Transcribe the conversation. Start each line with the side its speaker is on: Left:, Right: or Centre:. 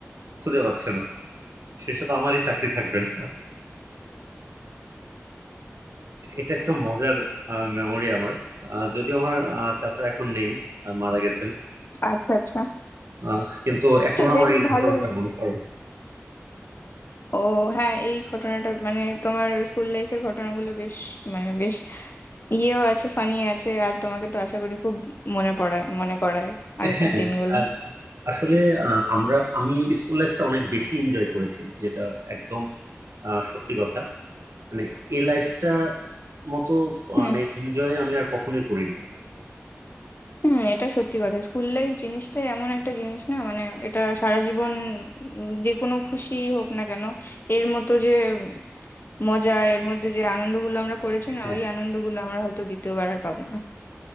Right: খুঁজে পাচ্ছে না শেষে তো আমারই চাকরি থাকবে না এটা একটা মজার মেমোরি আমার আহ, যদিও আমার আহ, চাচা এখন নেই আহ, মারা গেছেন
Left: আচ্ছা, আচ্ছা।
Right: আহ, কিন্তু
Left: আচ্ছা
Right: এখনো
Left: বেশ
Right: আমার এই
Left: ভালোই।
Right: ঘটনাটা মনে পড়ে
Left: ও হ্যাঁ, এই ঘটনাটা মানে তোমার স্কুল লাইফের ঘটনাগুলো বেশ মানে বেশ ইয়েও আছে, ফানি আছে আর তোমাকে তো আশা করি খুব মনে পড়ায় মনে করায় আগেকার
Right: হ্যাঁ
Left: দিনগুলো।
Right: আ- আসলে আ, আমরা আমি স্কুল লাইফটা অনেক বেশি এনজয় করেছি যেটা একদম আ, সত্যি কথা মানে এই লাইফটা মতো মানে
Left: হুম
Right: এনজয় আমি আর কখনোই করিনি
Left: হুম এটা সত্যি কথা স্কুল লাইফ জিনিসটাই এমন একটা জিনিস না মানে এটা সারা জীবন উম, যে কোনো খুশি হোক না কেন এর মতো যে উম, মজা এর মধ্যে যে আনন্দগুলো আমরা করেছি না
Right: হ্যাঁ
Left: ওই আনন্দগুলো আমরা হয়তো দ্বিতীয়বার আর পাবো না